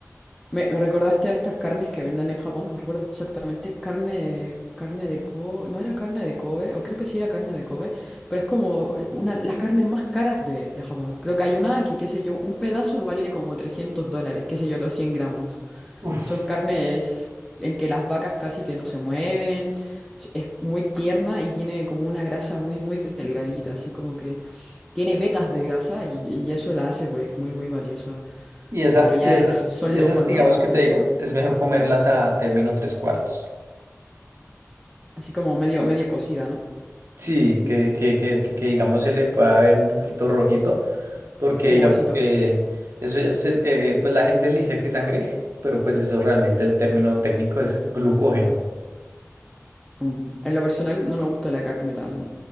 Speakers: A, in the centre; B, on the right.
A: Me, me recordaste a estas carnes que venden en Japón, no recuerdo exactamente, carne, carne de Kobe, no era carne de Kobe, o creo que sí era carne de Kobe, pero es como una, las carnes más caras de, de Japón. Creo que hay una que, qué sé yo, un pedazo vale como 300 dólares, qué sé yo, los 100 gramos.
B: Uf.
A: Son carnes en que las vacas casi que no se mueven, es es muy tierna y tiene como una grasa muy, muy delgadita, así como que tiene vetas de grasa y, y eso la hace pues muy, muy valiosa.
B: Y esa,
A: Pero ya
B: y esa,
A: es, son
B: y
A: lujos,
B: esas, digamos
A: ¿no?
B: que te digo, es mejor comerlas a término tres cuartos.
A: Así como medio, medio cocida, ¿no?
B: Sí, que, que, que, que, que, digamos se le pueda ver un poquito rojito, porque
A: Jugosito.
B: digamos que eso ya se- eh, pues la gente le dice que es sangre, pero pues eso realmente el término técnico es glucógeno.
A: Ujú. En lo personal no me gusta la carne tan,